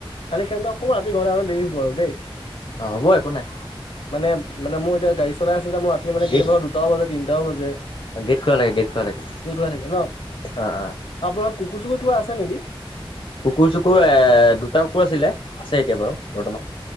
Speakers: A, on the left (about 80°); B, on the left (about 65°).
A: খালি সিহন্তৰ অকমান ৰাতি ঘৰলে আহোতে দেৰি হ'ব আৰু দেই।
B: অ' হ'ব একো নাই।
A: মানে মানে মোৰ এতিয়া গাড়ী চলাই আছোঁ যে মোৰ ৰাতি মানে
B: গেট
A: কেতিয়াবা হয় দুটাও বাজে তিনিটাও বাজে।
B: গেট খোলা থাকে গেট খোলা থাকে
A: <unintelligible> থাকে ন'
B: অ অ
A: আপোনাৰ কুকুৰ চুকুৰ কিবা আছে নেকি?
B: কুকুৰ চুকুৰ এ, দুটা কুকুৰ আছিলে, আছে এতিয়া বাৰু বৰ্তমান।